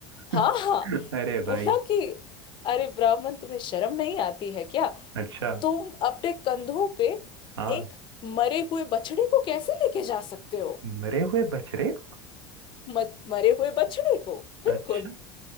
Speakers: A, on the right; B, on the left.
A: <laughs>
B: हाँ हाँ
A: अरे
B: बोला
A: भाई
B: कि अरे ब्राह्मण तुम्हें शर्म नहीं आती है क्या
A: अच्छा
B: तुम अपने कंधों पे
A: हाँ
B: एक मरे हुए बछड़े को कैसे लेके जा सकते हो
A: मरे हुए बछड़े को?
B: म- मरे हुए बछड़े को बिल्कुल
A: अच्छा